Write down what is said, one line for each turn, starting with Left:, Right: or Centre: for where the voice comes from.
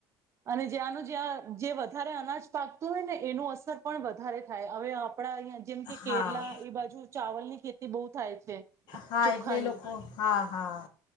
Right: અને જ્યાંનું જ્યાં જે વધારે અનાજ પાકતું હોય ને એનો અસર પણ વધારે થાય. હવે આપણા અહ્યા જેમ કે
Left: હા
Right: કેરલા એ બાજુ ચાવલની ખેતી એ બહુ થાય છે. છે.
Left: હા
Right: ચોખાની
Left: એટલે લોકો હા હા